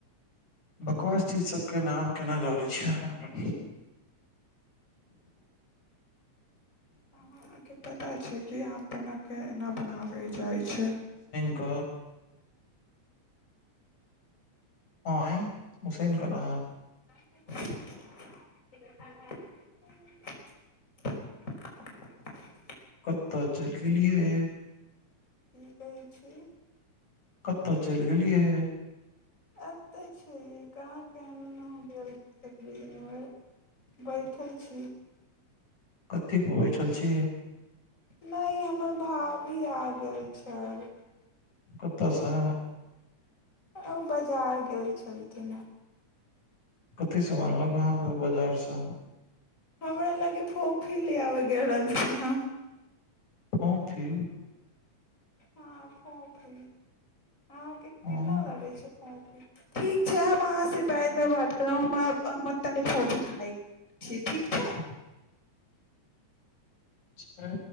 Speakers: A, on the left; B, on the left.
A: बकवास चीज सबके नाम केना ल लै छिये अहाँ।
B: अहाँ के पता छै। की आम पना के एना बनाबै जाय छै।
A: क एं उसैन के ना।
B: <unintelligible>
A: कतऽ चलि गेलियै
B: की कहे छी।
A: कता चैल गेलियै।
B: एतय छी कहाँ किन्हो गेल छलिये इन्हों बैठल छी।
A: कथी पर बैठल छी।
B: ने हमर भाभी आ गेल छल।
A: कता से।
B: आ उ बजार गेल छलखिन हय।
A: थी सब आनलक अहाँ के बजार से।
B: हमरा लागे फोफी ले आबै गेल रहलथिन हन।
A: फोफी।
B: हाँ फोफी। अहाँ के
A: आम,
B: किनौ लगे छै फो ठीक छै हम अहाँ से बादमे बात करब हम आब हम तनि फोफी खाय छी ठीक।
A: <inaudible>
B: छै
A: छै।